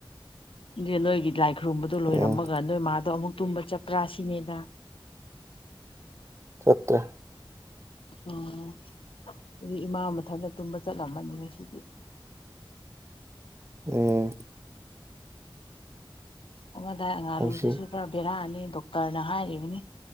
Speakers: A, on the left; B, on the right.
A: ꯑꯗꯨ ꯅꯣꯏꯒꯤ ꯂꯥꯏ ꯈꯨꯔꯨꯝꯕꯗꯨ ꯂꯣꯏꯔꯝꯃꯒ
B: ꯎꯝ
A: ꯅꯣꯏ ꯃꯥꯗꯣ ꯑꯃꯨꯛ ꯇꯨꯝꯕ ꯆꯠꯄ꯭ꯔꯥ ꯁꯤꯅꯦꯗ
B: ꯁꯠꯇ
A: ꯎ ꯑꯗꯨꯗꯤ ꯏꯃꯥ ꯃꯊꯟꯇ ꯇꯨꯝꯕ ꯆꯠꯂꯝꯃꯅꯤꯅꯦ ꯁꯤꯗꯤ
B: ꯎꯝ
A: ꯑꯃꯗ ꯉꯥꯔꯨꯁꯤꯁꯨ
B: ꯍꯧꯖꯤꯛ
A: ꯄꯨꯔ ꯕꯦꯔꯛꯑꯅꯤ ꯗꯣꯛꯇꯔꯅ ꯍꯥꯏꯔꯤꯕꯅꯤ